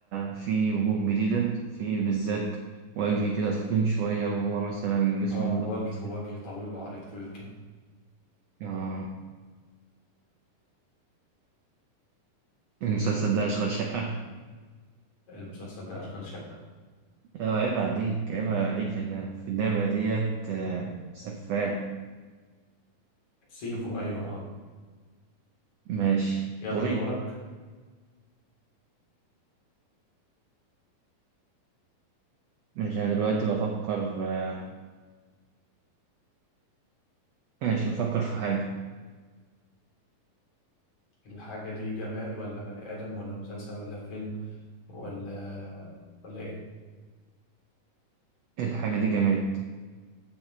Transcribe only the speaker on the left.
اه
وجه وجه طويل وعريض كبير كده
المسلسل ده اشغال شقة
سيفو ايوه اه
يلا
دورك
الحاجة دي جماد ولا بني آدم ولا مسلسل ولا فيلم ولا ولا ايه